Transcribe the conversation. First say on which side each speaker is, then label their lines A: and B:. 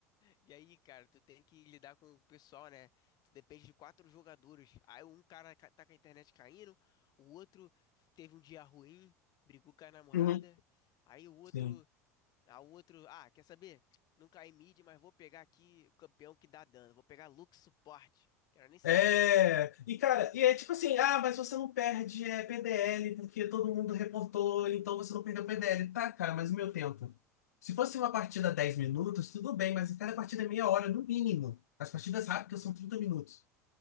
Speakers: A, on the left (about 50°); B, on the left (about 80°).
A: e aí, cara, tu tem que lidar com o pessoal, né? Tu depende de quatro jogadores. Aí um cara ca- tá com a internet caindo, o outro teve um dia ruim, brigou com a namorada.
B: Uhum.
A: Aí o outro
B: Sim.
A: A outro, ah, quer saber? Não caí mid, mas vou pegar aqui o campeão que dá dano. Vou pegar Lux suporte. Quero nem saber.
B: É, e cara, e é tipo assim, ah, mas você não perde é, PDL porque todo mundo reportou, então você não perdeu PDL. Tá, cara, mas e meu tempo? Se fosse uma partida 10 minutos, tudo bem, mas cada partida é meia hora, no mínimo. As partidas rápidas são 30 minutos.